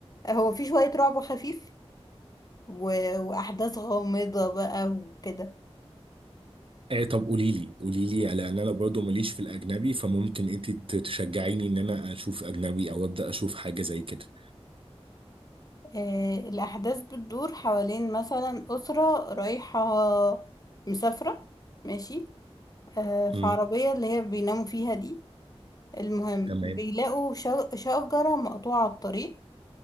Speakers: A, on the left; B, on the right.
A: هو في شوية رعب خفيف و... وأحداث غامضة بقى وكده
B: آه طب قولي لي قولي لي لان انا برضه ماليش في الاجنبي فممكن انت ت- تشجعيني ان انا اشوف اجنبي او ابدا اشوف حاجه زي كده
A: آه الأحداث بتدور حوالين مثلا أسرة رايحة مسافرة ماشي آه في
B: امم
A: عربية اللي هي بيناموا فيها دي المهم
B: تمام
A: بيلاقوا شج- شجرة مقطوعة على الطريق